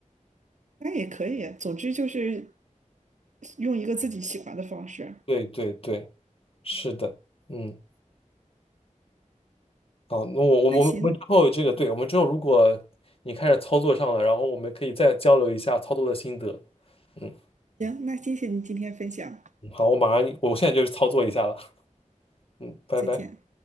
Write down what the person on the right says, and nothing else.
那也可以，总之就是用一个自己喜欢的方式。
那行
行，那谢谢你今天分享，
再见。